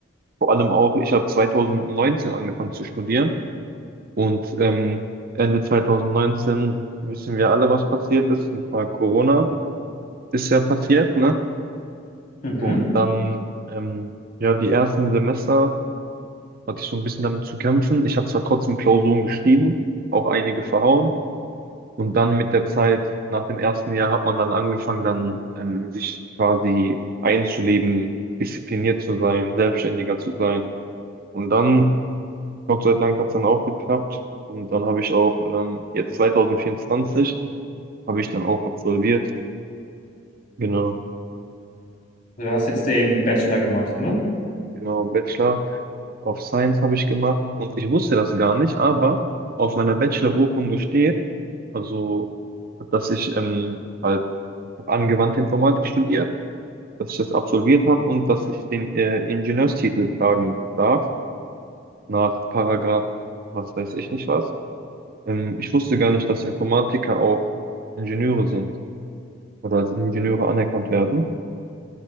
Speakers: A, on the right; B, on the left.
A: Vor allem auch, ich habe 2019 angefangen zu studieren und ähm, Ende 2019 wissen wir alle, was passiert ist. Und zwar Corona ist ja passiert, ne?
B: Mhm.
A: Und dann, ähm, ja, die ersten Semester hatte ich so ein bisschen damit zu kämpfen. Ich habe zwar trotzdem Klausuren geschrieben, auch einige verhauen. Und dann mit der Zeit, nach dem ersten Jahr, hat man dann angefangen, dann ähm, sich quasi einzuleben, diszipliniert zu sein, selbstständiger zu sein. Und dann Gott sei Dank hat es dann auch geklappt. Und dann habe ich auch, ähm, jetzt 2024, habe ich dann auch absolviert. Genau,
B: Du hast jetzt den Bachelor gemacht, ne?
A: genau, Bachelor of Science habe ich gemacht. Und ich wusste das gar nicht, aber auf meiner Bachelor-Urkunde steht, also, dass ich ähm, halt hab angewandte Informatik studiert, dass ich das absolviert habe und dass ich den äh, Ingenieurstitel tragen darf, nach Paragraph, was weiß ich nicht was. Ähm, ich wusste gar nicht, dass Informatiker auch Ingenieure sind. oder als Ingenieure anerkannt werden.